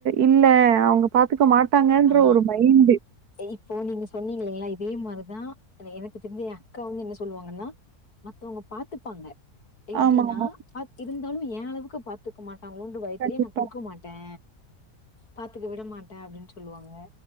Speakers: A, on the right; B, on the left.
A: இல்ல அவுங்க பாத்துக்க மாட்டாங்கன்ற
B: ஆ
A: ஒரு மைண்டு்
B: இப்போ நீங்க சொன்னீங்கல்லிங்களா இதே மாரிதா எனக்கு தெரிஞ்ச என் அக்காவு என்ன சொல்லுவாங்கன்னா மத்தவுங்க பாத்துப்பாங்க எப்டின்னா
A: ஆமாமா.
B: பா இருந்தாலு ஏ அளவுக்கு பாத்துக்க மாட்டாங்களோன்ற பயத்துல
A: கண்டிப்பா.
B: நா குடுக்க மாட்டே பாத்துக்க விட மாட்டே அப்டின்னு சொல்லுவாங்க